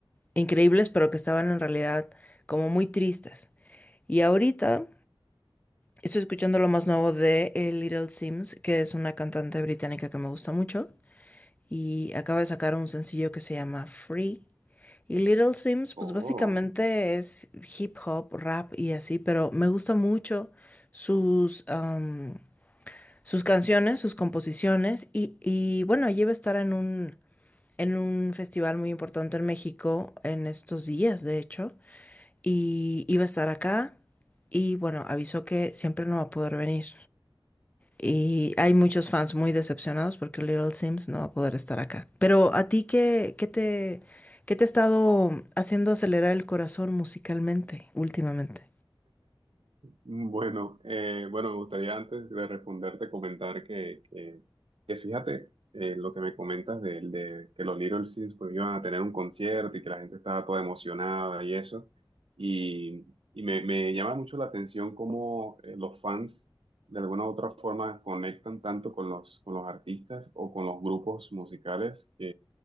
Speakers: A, on the left; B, on the right.
A: increíbles, pero que estaban en realidad como muy tristes. Y ahorita... Estoy escuchando lo más nuevo de eh, Little Sims, que es una cantante británica que me gusta mucho. Y acaba de sacar un sencillo que se llama Free. Y Little Sims, pues
B: Oh.
A: básicamente es hip hop, rap y así, pero me gusta mucho sus, am, sus canciones, sus composiciones. Y, y bueno, ella va a estar en un, en un festival muy importante en México en estos días, de hecho. Y iba a estar acá. Y bueno, avisó que siempre no va a poder venir. Y hay muchos fans muy decepcionados porque Little Sims no va a poder estar acá. Pero a ti, ¿qué, qué te, qué te ha estado haciendo acelerar el corazón musicalmente últimamente?
B: Mm, Bueno, eh, bueno, me gustaría antes de responderte comentar que, que, que fíjate eh, lo que me comentas de, de que los Little Sims pues iban a tener un concierto y que la gente estaba toda emocionada y eso. Y, y me, me llama mucho la atención cómo eh, los fans de alguna u otra forma conectan tanto con los, con los artistas o con los grupos musicales